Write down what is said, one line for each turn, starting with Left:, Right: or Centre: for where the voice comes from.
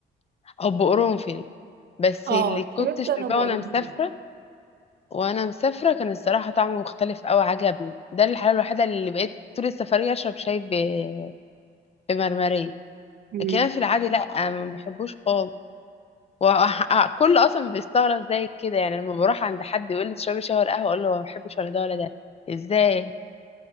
Left: او بقرنفل بس
Right: اه
Left: اللي كنت
Right: شربت
Left: شرباه
Right: انا بقول
Left: وانا مسافره
Right: لك.
Left: وانا مسافره كان الصراحه طعمه مختلف قوي عجبني ده الحاله الوحيده اللي بقيت طول السفريه اشرب شاي ب- بمرمريه
Right: مم.
Left: لكن انا في العادي لا ما بحبوش خالص وكل <laughs> اصلا بيستغرب زي كده يعني لما بروح عند حد يقول لي تشربي شاي ولا قهوه اقول له ما بحبش ولا ده ولا ده ازاي